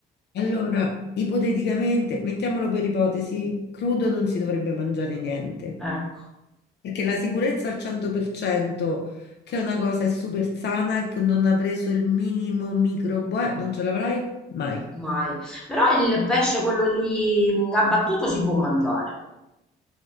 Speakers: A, on the left; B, in the centre.
A: Allora, ipoteticamente, mettiamolo per ipotesi, crudo non si dovrebbe mangiare niente,
B: Ecco,
A: perché la sicurezza al 100%, che è una cosa è super sana e che non ha preso il minimo microbo, eh, non ce l'avrai mai.
B: mai. Però il pesce, quello lì mh, abbattuto, si può mangiare.